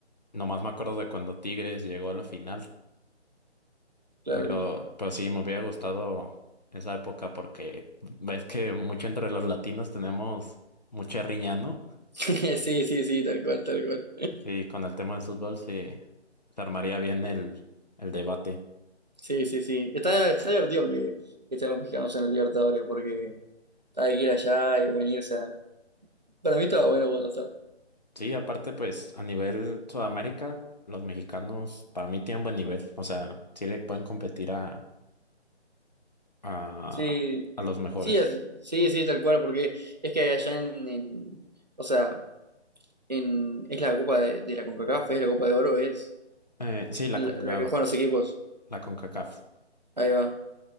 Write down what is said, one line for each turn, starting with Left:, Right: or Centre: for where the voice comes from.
Left: Nomás me acuerdo de cuando Tigres llegó a la final
Right: claro.
Left: Pero, pero sí, me hubiera gustado esa época porque ves que mucho entre los latinos tenemos mucha riña, ¿no?
Right: <laughs> Sí, sí, sí, tal cual, tal cual.
Left: Sí, con el tema del fútbol sí, se armaría bien el, el debate.
Right: Sí, sí, sí. Está, está divertido que, que estén los mexicanos en el Libertadores porque hay que ir allá y venirse. Para mí estaba bueno cuando
Left: Sí, aparte, pues a nivel Sudamérica, los mexicanos para mí tienen buen nivel. O sea, sí le pueden competir a, a,
Right: Sí,
Left: a los mejores.
Right: sí, es- sí, sí, tal cual, porque es que allá en, en- o sea, en, es la Copa de, de la CONCACAF, es la Copa de Oro, es
Left: Eh, sí, la
Right: la,
Left: CONCACAF,
Right: la que juegan los equipos,
Left: la CONCACAF.
Right: ahí va.